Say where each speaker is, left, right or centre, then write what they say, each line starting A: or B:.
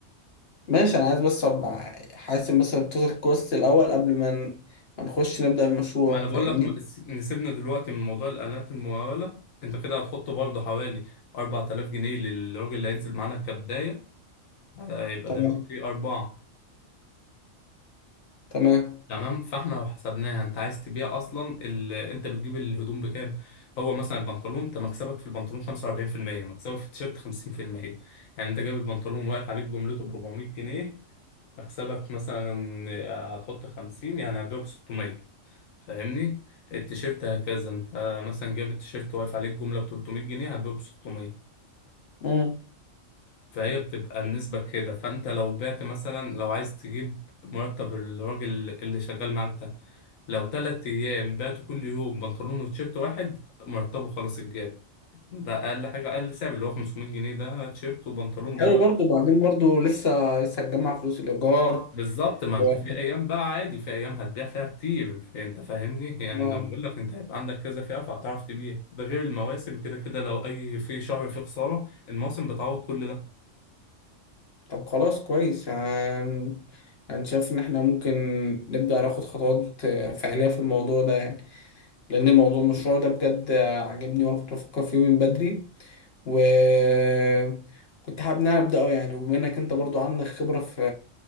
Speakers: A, on the left (about 50°); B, on the left (about 85°).
A: ماشي انا عايز بس ابقى حاسب مثلا التوتال كوست الاول قبل ما ن- ما نخش نبدا المشروع
B: ما انا بقول
A: فاهمني
B: لك ما- س- نسيبنا دلوقتي من موضوع الاعلانات الممولة انت كده هتحط برضه حوالي 4000 جنيه للراجل اللي هينزل معانا كبداية هيبقى
A: تمام
B: دلوقتي أربعة
A: تمام
B: تمام فاحنا لو حسبناها انت عايز تبيع اصلا ال... انت بتجيب الهدوم بكام هو مثلا البنطلون انت مكسبك في البنطلون 45% مكسبك في التيشيرت 50% يعني انت جايب البنطلون واقف عليك جملته ب 400 جنيه مكسبك مثلا آه، هتحط 50 يعني هتبيعه ب 600 فاهمني التيشيرت هكذا انت مثلا جايب التيشيرت واقف عليك جملة ب 300 جنيه هتبيعه ب 600
A: امم
B: فهي بتبقى النسبة كده فأنت لو بعت مثلا لو عايز تجيب مرتب الراجل اللي شغال معاك ده لو تلات أيام بعته كل يوم بنطلون وتيشيرت واحد مرتبه خلاص اتجاب ده أقل حاجة أقل سعر اللي هو 500 جنيه ده تيشيرت وبنطلون دلوقتي
A: حلو برضو بعدين برضو لسه لسه هتجمع فلوس الايجار
B: بالظبط ما
A: و...
B: أنت في أيام بقى عادي في أيام هتبيع فيها كتير أنت فاهمني يعني
A: آه.
B: أنا بقول لك أنت هيبقى عندك كذا فئة فهتعرف تبيع ده غير المواسم كده كده لو أي في شهر فيه خسارة المواسم بتعوض كل ده
A: طب خلاص كويس هن... انا شايف ان احنا ممكن نبدا ناخد خطوات فعليه في الموضوع ده يعني. لأن موضوع المشروع ده بجد عاجبني وأنا كنت بفكر فيه من بدري وكنت حابب إن أنا أبدأه يعني وبما إنك أنت برضو عندك خبرة في